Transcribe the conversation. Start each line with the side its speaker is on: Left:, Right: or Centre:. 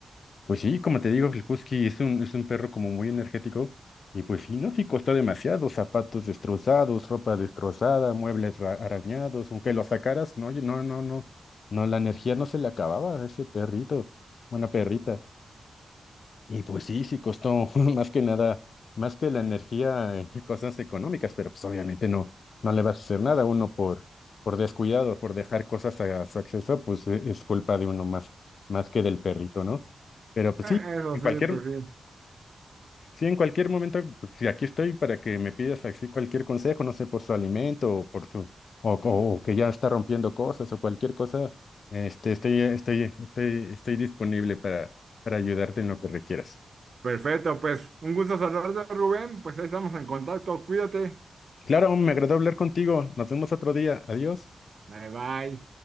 Left: Pues sí, como te digo, el Husky es un, es un perro como muy energético y pues sí, no, sí costó demasiado, zapatos destrozados, ropa destrozada, muebles ra- arañados, aunque lo sacaras, no, yo- no, no, no, no, la energía no se le acababa a ese perrito, una perrita. Y pues sí, sí costó <laughs> más que nada, más que la energía, eh, cosas económicas, pero pues obviamente no, no le vas a hacer nada uno por, por descuidado, por dejar cosas a su acceso, pues eh, es culpa de uno más, más que del perrito, ¿no? Pero pues
Right: Eh,
Left: sí,
Right: Eso
Left: en
Right: sí,
Left: cualquier,
Right: pues sí.
Left: sí, en cualquier momento, pues, sí, aquí estoy para que me pidas así cualquier consejo, no sé, por su alimento o por su, o, o- o que ya está rompiendo cosas o cualquier cosa, este, estoy, estoy, estoy, estoy disponible para, para ayudarte en lo que requieras.
Right: Perfecto, pues un gusto saludarte, Rubén. Pues ahí estamos en contacto. Cuídate.
Left: Claro, me agradó hablar contigo. Nos vemos otro día. Adiós.
Right: Bye bye.